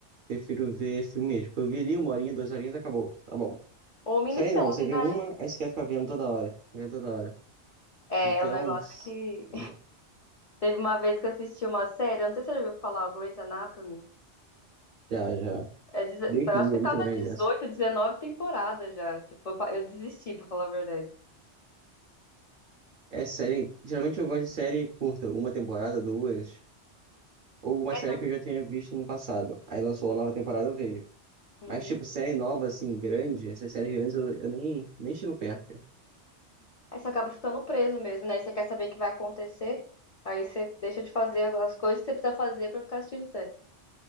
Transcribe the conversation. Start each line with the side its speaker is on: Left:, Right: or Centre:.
Right: prefiro ver filme mesmo. Eu vi ali uma horinha, duas horinhas, acabou, tá bom.
Left: Ou minissérie,
Right: Série não, você vê
Left: né?
Right: uma, aí você quer ficar vendo toda hora, vendo toda hora.
Left: É,
Right: Então,
Left: é um negócio que
Right: é,
Left: Teve uma vez que eu assisti uma série, eu não sei se você já ouviu falar, o Grey's Anatomy.
Right: já, já.
Left: É, deze-
Right: Deus
Left: eu
Right: me
Left: acho
Right: livre,
Left: que
Right: é muito
Left: tá na
Right: grande
Left: 18
Right: essa.
Left: 19 temporada já. Tipo, eu pa- eu desisti, pra falar a verdade.
Right: É série, geralmente eu gosto de série curta, uma temporada, duas, ou uma
Left: Aí
Right: série
Left: você,
Right: que eu já tenha visto no passado. Aí lançou a nova temporada, eu vejo.
Left: Uhum.
Right: Mas, tipo, série nova, assim, grande, essas séries grandes eu, eu nem, nem chego perto. cara.
Left: Aí você acaba ficando preso mesmo, né? Aí você quer saber o que vai acontecer, aí você deixa de fazer as coisas que você precisa fazer pra ficar assistindo série.